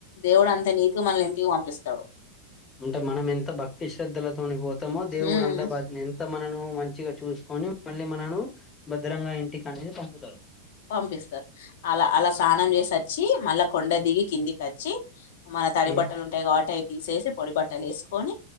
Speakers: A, on the left (about 65°); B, on the left (about 25°).
A: దేవుడు అంత నీతిగా మనల్ని ఇంటికి పంపిస్తాడు
B: అంటే మనం ఎంత భక్తి శ్రద్ధల తోనీ పో త్తమో దేవుడుంతా
A: హ్మ్
B: బ ఎంత మన నమో మంచిగా చూసుకొని మళ్ళీ మనను భద్రంగా ఇంటికి అనేది పం తారు
A: పంపిస్తారు అలా అలా స్నానం చేసి వచ్చి మల్ల కొండ దిగి కిందికి వచ్చి మల్ల తడి
B: ఉమ్.
A: బట్టలు ఉంటాయి కాబట్టి అవి తీసేసి పొడి బట్టలు వేసుకొని